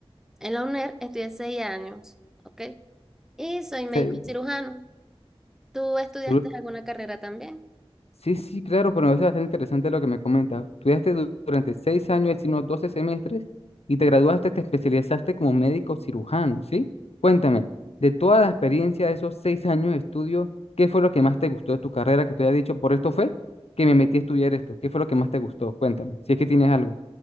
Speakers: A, in the centre; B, on the left (about 80°).
A: En la UNER estudié seis años, ¿ok? Y soy médico
B: Sí,
A: cirujano. ¿Tú estudiaste
B: du-
A: alguna carrera también?
B: sí, sí, claro, pero me parece bastante interesante lo que me comentas. Estudiaste du- durante seis años, es decir, unos 12 semestres, y te graduaste, te especializaste como médico cirujano, ¿sí? Cuéntame, de toda la experiencia de esos seis años de estudio, ¿qué fue lo que más te gustó de tu carrera que te había dicho? Por esto fue que me metí a estudiar esto. ¿Qué fue lo que más te gustó? Cuéntame, si es que tienes algo.